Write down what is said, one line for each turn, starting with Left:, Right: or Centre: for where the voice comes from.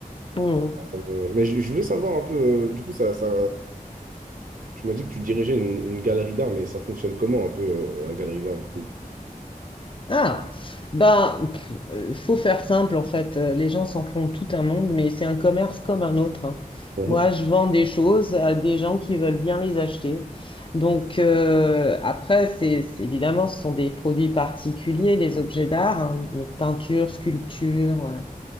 Left: Hmm.
Right: Euh, mais je, je voulais savoir un peu, euh, du coup, ça, ça, Tu m'as dit que tu dirigeais une, une galerie d'art, mais ça fonctionne comment un peu euh, la galerie d'art du coup?
Left: Ah, ben, pff, euh, faut faire simple en fait. Euh, Les gens s'en font tout un monde, mais c'est un commerce comme un autre. hein.
Right: Mhm.
Left: Moi, je vends des choses à des gens qui veulent bien les acheter. Donc euh, après, c'est c'est- évidemment, ce sont des produits particuliers, les objets d'art, hein, donc peinture, sculpture, ouais,